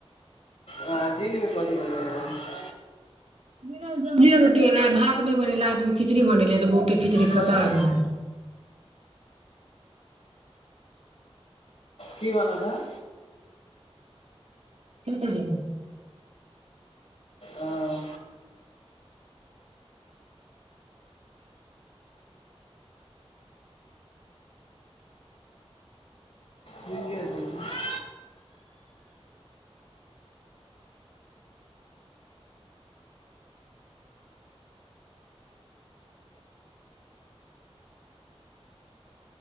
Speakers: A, on the left; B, on the right.
A: आ दिनमे कथि बनल रहै?
B: दिनो मे सब्जिये रोटी बनल रहै, भात नहि बनेलियै, राति मे खिचड़ी बनेलियै तऽ बहुते खिचड़ी
A: कथी
B: फेका गेलै।
A: की बनल रहै?
B: बिलकुल नै।
A: आं। ठीक ठीक <unintelligible>